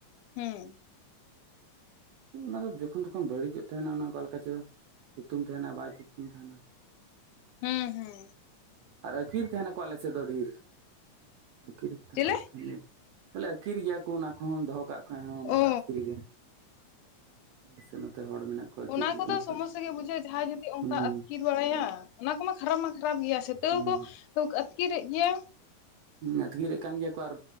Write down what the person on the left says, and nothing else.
ᱦᱮᱸ
ᱦᱩᱸ ᱦᱩᱸ
ᱪᱮᱞᱮ
ᱚ
ᱚᱱᱟ ᱠᱚᱫᱚ
ᱥᱚᱢᱚᱥᱟ ᱜᱮᱢ ᱵᱩᱡᱷᱟᱹᱜ-ᱟ ᱡᱟᱦᱟᱸᱭ ᱡᱩᱫᱤ ᱚᱱᱠᱟ
ᱟᱹᱛᱠᱤᱨ ᱵᱟᱲᱟᱭᱟ᱾ ᱚᱱᱟ ᱠᱚᱢᱟ ᱠᱷᱟᱨᱟᱯ ᱢᱟ ᱠᱷᱟᱨᱟᱯ ᱜᱮᱭᱟ ᱥᱮ ᱛᱟᱹᱣ
ᱠᱚ ᱛᱟᱹᱣ ᱟᱹᱛᱠᱤᱨᱮᱫ ᱜᱮᱭᱟ᱾